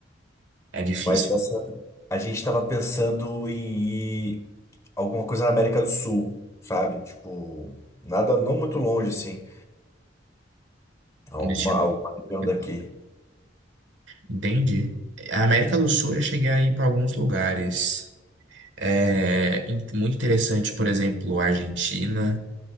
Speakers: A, on the right; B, on the left.
A: é difícil.
B: Mas essa. A gente estava pensando em alguma coisa na América do Sul, sabe? Tipo, nada não muito longe, assim. Alguma,
A: Um destino.
B: alguma região
A: aqui
B: daqui.
A: do lado. Entendi. A América do Sul eu já cheguei a ir para alguns lugares. É in- muito interessante, por exemplo, Argentina,